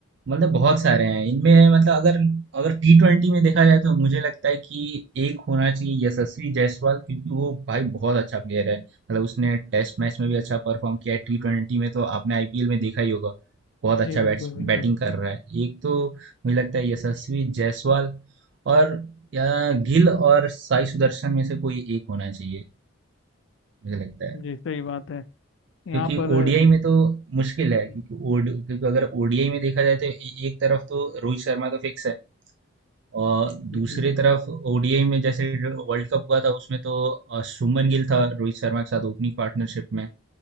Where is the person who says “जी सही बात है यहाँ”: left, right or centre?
Left